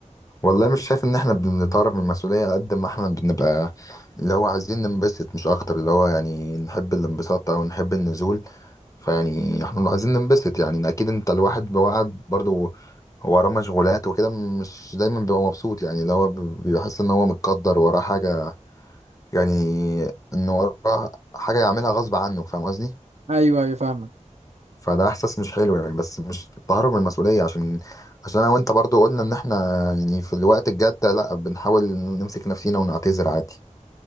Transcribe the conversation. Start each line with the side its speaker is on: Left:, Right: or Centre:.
Left: والله مش شايف ان احنا بنتهرب من المسؤولية قد ما احنا بنبقى اللي هو عايزين ننبسط مش اكتر اللي هو يعني نحب الانبساط او نحب النزول فيعني احنا عايزين ننبسط يعني اكيد انت الواحد بيوعد برضو هو وراه مشغولات وكده مش دايما بيبقى مبسوط يعني اللي هو بي- بيحس ان هو متقدر وراه حاجة يعني ان وراه حاجة يعملها غصب عنه فاهم قصدي؟
Right: ايوه ايوه فاهمك
Left: فده احساس مش حلو يعني بس مش تهرب من المسؤوليه عشان عشان انا وانت برضو قلنا ان احنا يعني في الوقت الجد ده لا بنحاول نمسك نفسينا ونعتذر عادي